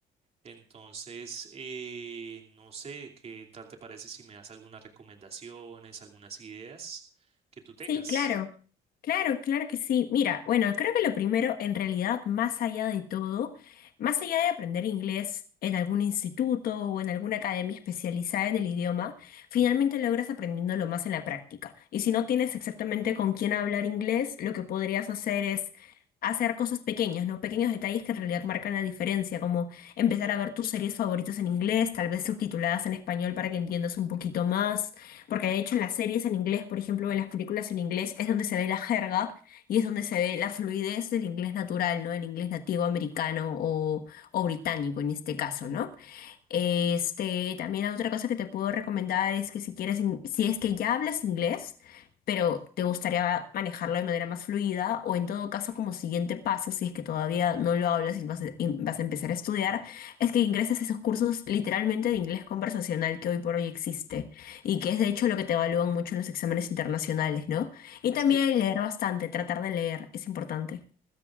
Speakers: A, on the right; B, on the left.
A: Entonces, eh, no sé qué tal te parece si me das algunas recomendaciones, algunas ideas que tú tengas.
B: Sí, claro. Claro, claro que sí. Mira, bueno, creo que lo primero, en realidad, más allá de todo, más allá de aprender inglés en algún instituto o en alguna academia especializada en el idioma, finalmente logras aprendiéndolo más en la práctica. Y si no tienes exactamente con quién hablar inglés, lo que podrías hacer es hacer cosas pequeñas, ¿no? Pequeños detalles que en realidad marcan la diferencia, como empezar a ver tus series favoritas en inglés, tal vez subtituladas en español para que entiendas un poquito más porque de hecho en las series en inglés, por ejemplo, en las películas en inglés es donde se ve la jerga y es donde se ve la fluidez del inglés natural, ¿no? El inglés nativo americano o, o británico en este caso, ¿no? Este, también otra cosa que te puedo recomendar es que si quieres, in- si es que ya hablas inglés, pero te gustaría manejarlo de manera más fluida, o en todo caso como siguiente paso, si es que todavía no lo hablas y vas a, y vas a empezar a estudiar, es que ingreses a esos cursos literalmente de inglés conversacional que hoy por hoy existe y que es de hecho lo que te evalúan mucho en los exámenes internacionales, ¿no? Y también
A: Sí,
B: leer bastante, tratar de leer, es importante.